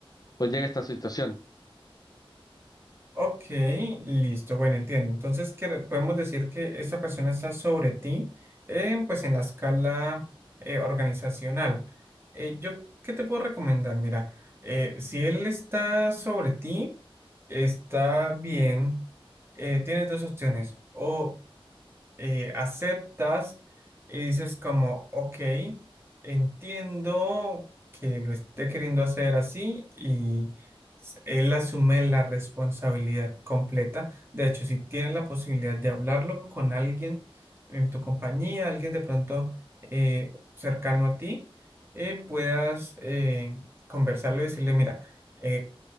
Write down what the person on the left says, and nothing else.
pues llegue esta situación.